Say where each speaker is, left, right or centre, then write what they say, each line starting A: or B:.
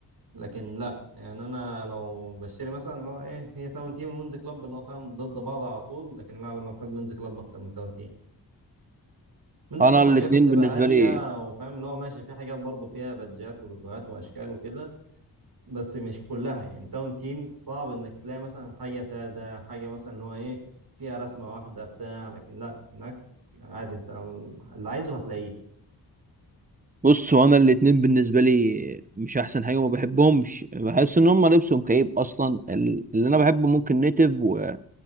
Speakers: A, on the right; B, on the right.
A: لكن لا يعني انا لو بشتري مثلا اللي هو ايه هي تاون تيم ومنز كلاب اللي هو فاهم ضد بعض على طول لكن لا انا بحب منز كلاب اكتر من تاون تيم منز
B: انا
A: كلاب
B: الاتنين
A: حاجاته بتبقى
B: بالنسبه
A: هاديه
B: لي
A: وفاهم اللي هو ماشي في حاجات برضه فيها بادجات ولوجوهات واشكال وكده بس مش كلها يعني تاون تيم صعب انك تلاقي مثلا حاجه ساده حاجه مثلا اللي هو ايه فيها رسمه واحده بتاع لكن لا هناك عادي انت اللي عايزه هتلاقيه
B: بص هو انا الاتنين بالنسبه لي مش احسن حاجه وما بحبهمش بحس ان هم لبسهم كئيب اصلا ال- اللي انا بحبه ممكن نيتف و-